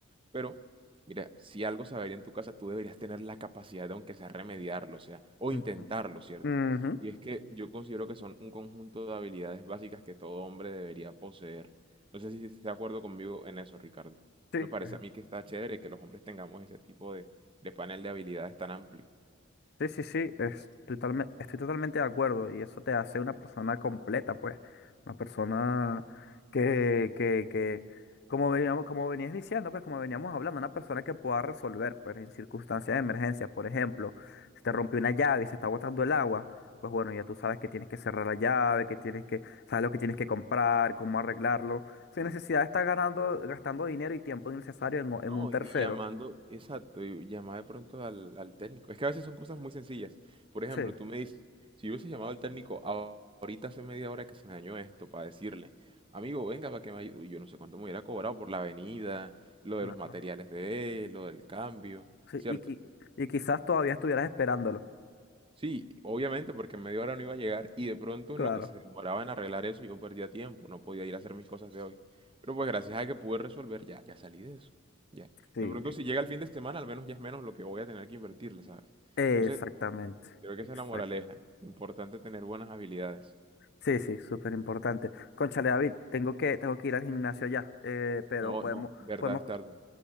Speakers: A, on the right; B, on the left.
A: pero, mira, si algo se va a ir en tu casa, tú deberías tener la capacidad de, aunque sea remediarlo, o sea, o intentarlo,
B: Ujú.
A: ¿cierto?
B: Ujú,
A: Y es que yo considero que son un conjunto de habilidades básicas que todo hombre debería poseer. No sé si estás de acuerdo conmigo en eso, Ricardo.
B: Sí,
A: Me parece
B: es
A: a mí que está chévere que los hombres tengamos ese tipo de, de panel de habilidades tan amplio.
B: Sí, sí, sí, es totalme- estoy totalmente de acuerdo y eso te hace una persona completa, pues, una persona que, que, que, como veníamos, como venías diciendo, pues, como veníamos hablando, una persona que pueda resolver, pues, en circunstancias de emergencia, por ejemplo, si te rompió una llave y se está botando el agua, pues, bueno, ya tú sabes que tienes que cerrar la llave, que tienes que, sabes lo que tienes que comprar, cómo arreglarlo, sin necesidad de estar ganando, gastando dinero y tiempo innecesario en, en
A: No,
B: un tercero.
A: y llamando, exacto, y llamar de pronto al, al técnico. Es que a veces son cosas muy sencillas. Por ejemplo,
B: Sí,
A: tú me dices, si yo hubiese llamado al técnico a- ahorita hace media hora que se me dañó esto, para decirle, amigo, venga para que me ayude. Yo no sé cuánto me hubiera cobrado por la venida, lo
B: claro.
A: de los materiales de él, lo del cambio,
B: Sí,
A: ¿cierto?
B: y, qui- y quizás todavía estuvieras esperándolo.
A: Sí, obviamente, porque en media hora no iba a llegar y de pronto
B: Claro.
A: en lo que se demoraba en arreglar eso yo perdía tiempo, no podía ir a hacer mis cosas de hoy. Pero pues gracias a que pude resolver, ya, ya salí de eso. Ya.
B: Sí,
A: De pronto si llega el fin de semana, al menos ya es menos lo que voy a tener que invertirle, ¿sabes?
B: exactamente.
A: Entonces, creo que
B: Exacto.
A: esa es la moraleja. Importante tener buenas habilidades.
B: Sí, sí, súper importante. Cónchale, David, tengo que, tengo que ir al gimnasio ya, eh, pero
A: No,
B: podemos,
A: no, verdad
B: podemos,
A: es tarde.